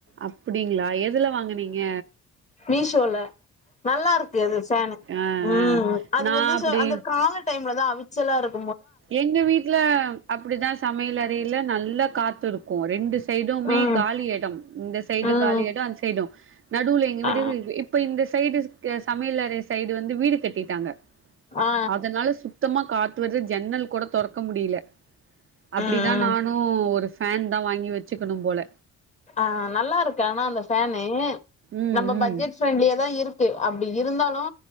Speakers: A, on the right (about 45°); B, on the left (about 25°).
A: அப்டிங்களா எதுல வாங்கனீங்க
B: மீஷோல நல்லா இருக்கு அது ஃபேன்
A: ஆ
B: உம்
A: ஆ
B: அது
A: நா
B: வந்து
A: அப்டி
B: அந்த கால டைம்ல த அவிச்சல இருக்கு
A: எங்க வீட்டுல அப்படிதா சமையல வெளில நல்ல காத்து இருக்கு ரெண்டு சைடுமே
B: ம்
A: காலி எடம் இந்த சைடு
B: ம்
A: காலிடம் அந்த சைடு நடுவுல எங்க வீடு
B: ஆ
A: இப்ப இந்த சைடு சமையலறை சைடு வந்து வீடு கட்டி ட்டாங்க
B: ஆ
A: அதனால சுத்தமா காத்து வருது ஜன்னல் கூட தொறக்க முடியல அப்படிதா
B: ம்
A: நானு
B: ம்
A: ஒரு ஃபேன் தான் வாங்கி வச்சுக்கணும் போல
B: ஆ நல்லா இருக்கு ஆனா அந்த ஃபேனு
A: ம்
B: நம்ம
A: ம்
B: பட்ஜெட் ப்ரெண்ட்லிய தான் இருக்கு அப்படி இருந்தாலு லு